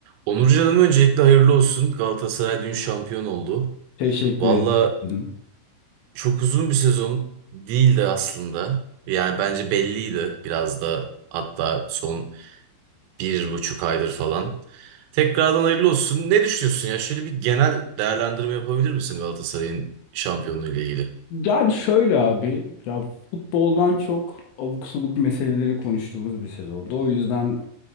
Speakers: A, on the right; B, on the left.
A: Onurcan'ım öncelikle hayırlı olsun. Galatasaray dün şampiyon oldu.
B: Teşekkür
A: Valla
B: ederim.
A: çok uzun bir sezon değildi aslında. Yani bence belliydi biraz da hatta son bir buçuk aydır falan. Tekrardan hayırlı olsun. Ne düşünüyorsun ya? Şöyle bir genel değerlendirme yapabilir misin Galatasaray'ın şampiyonluğu ile ilgili?
B: Yani şöyle abi, ya futboldan çok abuk subuk meseleleri konuştuğumuz bir sezondu. O yüzden